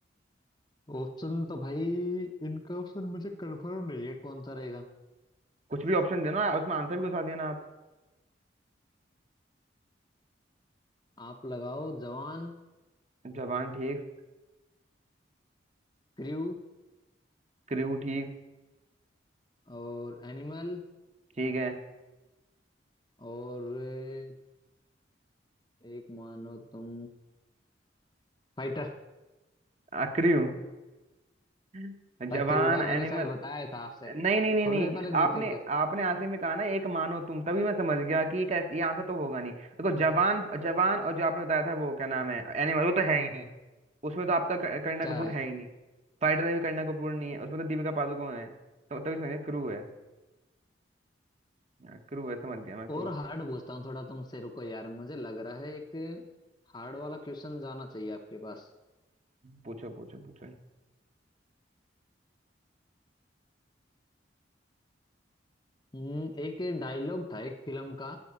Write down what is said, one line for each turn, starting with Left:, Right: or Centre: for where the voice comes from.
Left: ऑप्शन तो भाई इनका ऑप्शन मुझे कंफर्म नहीं है कौन सा रहेगा
Right: कुछ भी ऑप्शन देना उसमें आंसर भी घुसा देना आप
Left: आप लगाओ जवान
Right: जवान ठीक
Left: क्रू
Right: क्रू ठीक
Left: और एनिमल
Right: ठीक है
Left: और अ, एक मानो तुम फाइटर
Right: आ, क्रू <laughs> जवान
Left: भाई क्रू का
Right: एनिमल
Left: मैंने शायद बताया था आपसे
Right: नहीं नहीं नहीं
Left: थोड़ी
Right: नहीं
Left: देर पहले देख
Right: आपने
Left: करके
Right: आपने आखिरी में कहा ना एक मानो तुम तभी मैं समझ गया कि correct- ये आंसर तो होगा नहीं देखो जवान जवान और जो आपने बताया था वो क्या नाम है एनिमल वो तो है ही नहीं उसमें तो आपका क-
Left: अच्छा
Right: करीना कपूर है ही नहीं फाइटर में भी करीना कपूर नहीं है उसमें तो दीपिका पादुकोण है तो तभी समझ गया क्रू है हाँ, क्रू है समझ गया मैं क्रू
Left: और हार्ड पूछता हूँ थोड़ा तुमसे रुको यार मुझे लग रहा है एक हार्ड वाला क्वेश्चन जाना चाहिए आपके पास
Right: पूछो पूछो पूछो
Left: हम्म, एक डायलॉग था एक फिल्म का